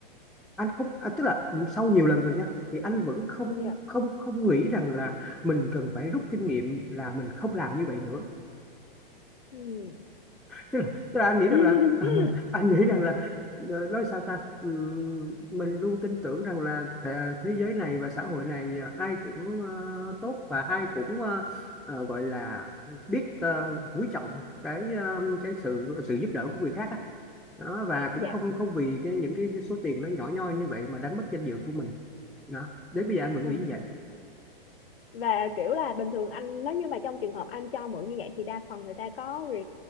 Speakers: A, in the centre; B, on the left (about 75°).
A: anh không à, tức là sau nhiều lần rồi nha thì anh vẫn không
B: dạ
A: không không nghĩ rằng là mình cần phải rút kinh nghiệm là mình không làm như vậy nữa
B: ừ
A: tức là tức là anh nghĩ rằng
B: <laughs>
A: là <laughs> anh nghĩ rằng là ờ, nói sao ta Ừm, mình luôn tin tưởng rằng là thế, thế giới này và xã hội này ờ, ai cũng ờ, tốt và ai cũng ờ, ờ, gọi là biết ờ, quý trọng cái ờ, cái sự sự giúp đỡ của người khác á. đó và cũng
B: dạ
A: không không vì cái những cái số tiền nó nhỏ nhoi như vậy mà đánh mất danh dự của mình đó đến bây giờ anh vẫn
B: ừ
A: nghĩ như vậy
B: và kiểu là bình thường anh nếu như mà trong trường hợp anh cho mượn như vậy thì đa phần người ta có re,